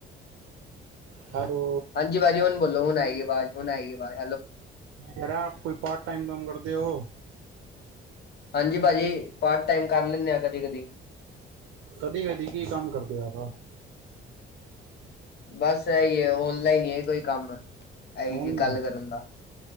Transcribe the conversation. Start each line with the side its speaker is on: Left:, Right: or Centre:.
Right: ਹੈਲੋ,
Left: ਹਾਂਜੀ ਭਾਜੀ ਹੁਣ ਬੋਲੋ ਹੁਣ ਆਏਗੀ ਆਵਾਜ਼ ਹੁਣ ਆਏਗੀ ਵਾਜ਼।
Right: ਬਰਾ ਕੋਈ ਪਾਰਟ ਟਾਈਮ ਕੰਮ ਕਰਦੇ ਓ?
Left: ਹਾਂਜੀ, ਭਾਜੀ ਪਾਰਟ ਟਾਈਮ ਕਰ ਲੈਣੇ ਆ ਕਦੀ ਕਦੀ।
Right: ਕਦੀ ਕਦੀ ਕੀ ਕੰਮ ਕਰਦੇ ਓ ਐਸਾ
Left: ਬਸ ਐਈ ਐ ਔਨਲਾਈਨ ਈ ਕੋਈ ਕੰਮ। ਇਹੀ
Right: ਹੂੰ,
Left: ਜੀ ਗੱਲ ਕਰਨ ਦਾ